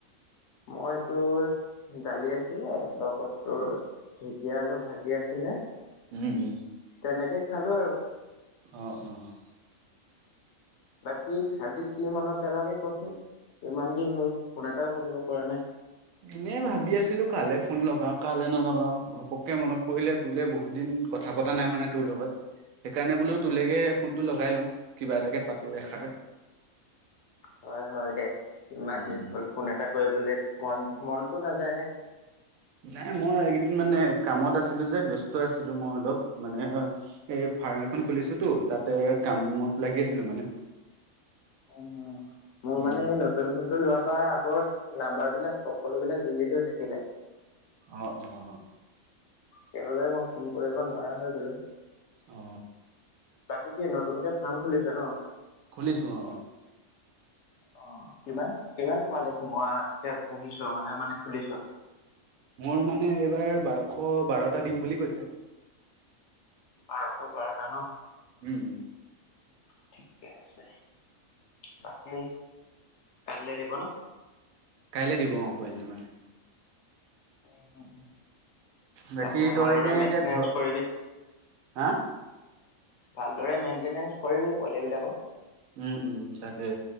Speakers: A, on the left; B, on the right.
A: মই তোৰ দালি আছিলে লগত তোৰ ঢেকীয়া আলু ভাজি আছিলে।
B: উম উম।
A: তেনেকে খালো আৰু।
B: অহ অ।
A: বাকী আজিক কি মনত পেলালি কচোন কিমান দিন হল ফোন এটাও কৰিব পৰা নাই।
B: এনে ভাবি আছিলো কালে ফোন লগাও কালে নলগাও ঘপককে মনত পৰিলে তোলে বহুত দিন কথা পতা নাই মানে তোৰ লগত। সেইকাৰণে বোলো তোলৈকে ফোনটো লগাই লওঁ। কিবা এটাকে পাতো এষাৰ
A: হয় হয় দে ইমান
B: উম
A: দিন
B: উম।
A: হ'ল ফোন এটা কৰিবলে মন মনটো নাযায় নে?
B: নাই মই এইকেইদিন মানে কামত আছিলো যে ব্যস্ত আছিলো মই অলপ মানে এই ফাৰ্ম এখন খুলিছোতো তাতে কামত লাগি আছিলো মানে।
A: উহ মোৰ
B: উম।
A: মানে নতুন ফোনটো লোৱাৰ পৰা আগৰ নাম্বাৰবিলাক সকলোবিলাক ডিলিট হৈ থাকিলে।
B: অ অ অ অ।
A: সেইবাবে মই ফোন কৰিব নোৱাৰা হৈ গলো।
B: অ।
A: বাকী কি নতুনকে ফাৰ্ম খুলিছ ন?
B: খুলিছো অ।
A: অ কিমান কিমান পোৱালি সোমোৱা এ পুহিছো মানে মানে খুলিছ?
B: মোৰ মানে এইবাৰ বাৰশ বাৰটা দিম বুলি কৈছে।
A: বাৰশ বাৰটা ন।
B: উম উম।
A: ঠিকে আছে। বাকী কালিলৈ দিব ন?
B: কাইলৈ দিব অ পোৱালিটো মানে
A: উম হম।
B: বাকী
A: তাকে
B: তই
A: ভালদৰে
B: এনে
A: মেইনটেনেঞ্চ
B: এতিয়া ঘৰ
A: কৰিবি।
B: হা।
A: ভালদৰে মেইনটেনেঞ্চ কৰিবি পোৱালি বিলাকক।
B: উম উম তাকে